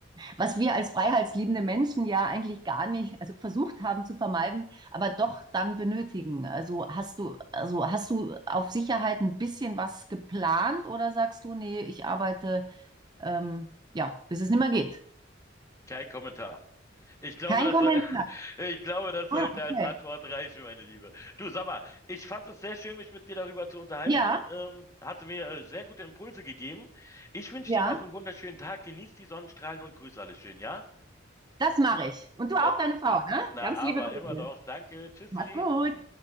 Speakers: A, on the right; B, on the left.
A: was wir als freiheitsliebende Menschen ja eigentlich gar nicht, also versucht haben zu vermeiden, aber doch dann benötigen. Also hast du, also hast du auf Sicherheit ein bisschen was geplant oder sagst du, nee, ich arbeite ähm, ja, bis es nicht mehr geht?
B: Kein Kommentar. Ich glaube,
A: Kein
B: das
A: Kommentar.
B: soll, <laughs> ich glaube, das sollte
A: Ah, okay.
B: als Antwort reichen, meine Liebe. Du, sag mal, ich fand es sehr schön, mich mit dir darüber zu unterhalten.
A: Ja,
B: Ähm, hatte mir äh, sehr gute Impulse gegeben. Ich wünsche
A: ja,
B: dir noch einen wunderschönen Tag. Genieß die Sonnenstrahlen und grüß alle schön, ja?
A: das mache ich. Und du auch
B: Oh,
A: deine Frau, ne?
B: na,
A: Ganz
B: aber
A: liebe Grüße.
B: immer doch. Danke. Tschüssi.
A: Mach's gut.